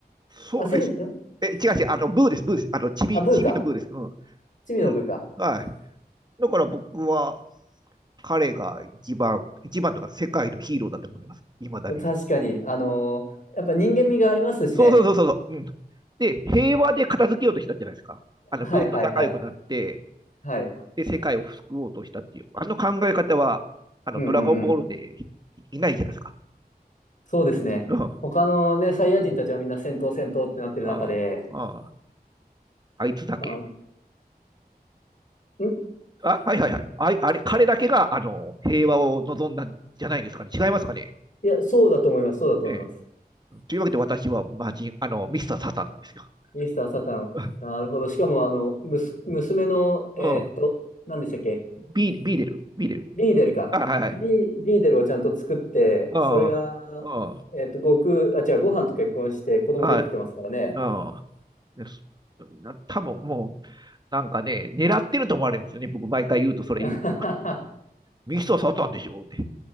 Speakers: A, on the right (about 25°); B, on the left (about 50°).
A: そうです。
B: あ、セル、ん
A: え、違う違う、あの、ブーです、ブーです。あの、チビ、
B: あ、ブーか。
A: チビのブーです。うん。
B: チビのブーか。
A: うん。はい。だから僕は、彼が一番、一番とか世界のヒーローだと思います。いまだに。
B: 確かに、あのーやっぱ人間味がありますしね。
A: そうそうそうそう。うん。で、平和で片付けようとしたじゃないですか。あの、
B: はいはいはい。
A: ブーと仲良くなって、
B: はい。
A: で世界を救おうとしたっていう、あの考え方は、あの、
B: うんうんうん。
A: ドラゴンボールでいないじゃないですか。
B: そうですね。
A: うん。
B: 他のね、サイヤ人たちはみんな戦闘戦闘ってなってる中で、
A: うんああ、あいつだけ。
B: あ、ん
A: あ、はいはいはい。ああれ、彼だけが、あの、平和を望んだんじゃないですかね。違いますかね。
B: いや、そうだと思います、そうだと思います。
A: ええ。というわけで私はマジあの、ミスターサタンなんですよ。
B: ミスター・サタン。
A: <laughs>
B: なるほど。しかも、あの、むす、娘の、えーっと、
A: うん。
B: 何でしたっけ
A: ビー、ビデル、ビーデル。
B: ビーデルか。
A: あ、はいはい。
B: ビー、ビーデルをちゃんと作って、
A: ああ、
B: それが、
A: あ
B: えーっと、悟空、あ、違う、ご飯と結婚して子供できてますからね。
A: あ、はい。ああ、です。な多分もう、なんかね、狙ってると思われるんですよね。僕、毎回言うと、
B: <laughs>
A: それ言うと。ミスターサタンでしょって。